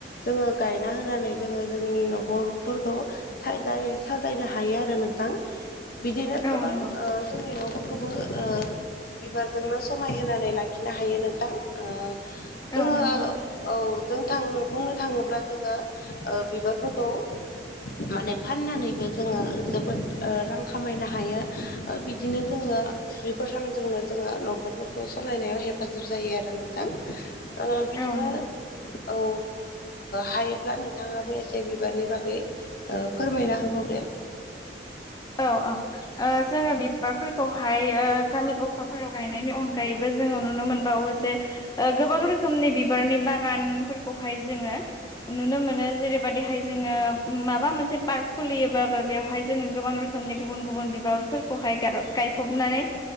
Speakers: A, on the left; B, on the left.
A: जोङो गायना होनानै जोङो जोंनि न'खरफोरखौ साजायो साजाय जायनो हायो आरो नोंथां बिदिनो गोबां
B: औ नंगौ
A: ओ जोंनि न'फोरखौबो ओ बिबारजोंनो समाय होनानै लाखिनो हायो नोंथां अ। जोङो
B: औ नंगौ नोंथां
A: औ जों थां बुंनो थाङोब्ला जोङो बिबारफोरखौ माने फाननानैबो जोङो जोबोद रां खामायनो हायो बिदिनो जोङो बे फोर रांजोंनो जोङो न'खरफोरखौ सालायनायाव हेफाजाब जायो आरो नोंथां। ओ बिदिनो
B: औ नंगौ
A: औ ओ हायोब्ला नोंथाङाबो एसे बिबारनि बागै फोरमायना होबावदो।
B: औ ओं जोङो बिबारफोरखौहाय गामि गफाफोराव गायनायनि अनगायैबो जोङो नुनो मोनबावो जे गोबां रोखोमनि बिबारनि बागानफोरखौहाय जोङो नुनो मोनो जेरैबायदिहाय जोङो माबा मोनसे पार्क खुलियोबाबो बेवहाय जोङो गोबां रोखोमनि गुबुन गुबुन बिबारफोरखौहाय गायफबनानै